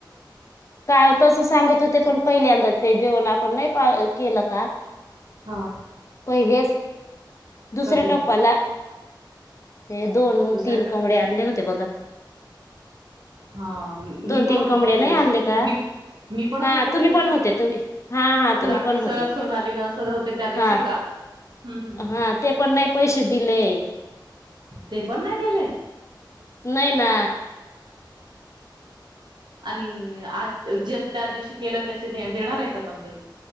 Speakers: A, on the left (about 40°); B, on the right (about 70°).
A: काय तसं सांगत होते पण पहिल्यांदा ते जेवण आपण नाही पा केलं का.
B: हा <inaudible>
A: पहिल्याच दुसऱ्या
B: कधी?
A: टप्पाला ते दोन,
B: दुसऱ्या
A: तीन
B: ट
A: कोबडे आणले होते बघा.
B: हां. मी
A: दोन,
B: पण
A: तीन
B: होती
A: कोबड्या
B: का त्या
A: नाही
B: दिवशी?
A: आणले का.
B: मी मी पण
A: हा
B: होती का
A: तुम्ही
B: त्या दिवशी?
A: पण होते तुम्ही हा हा तुम्ही
B: राकेश
A: पण
B: सर,
A: होते
B: सोनाली न सर होते त्या दिवशी
A: हा.
B: का? हं, हं, हं.
A: हा ते पण नाही पैसे दिले.
B: ते पण नाही दिले.
A: नाही ना.
B: आणि आज जे त्या दिवशी केलं त्याचे देणार आहे का पण ते?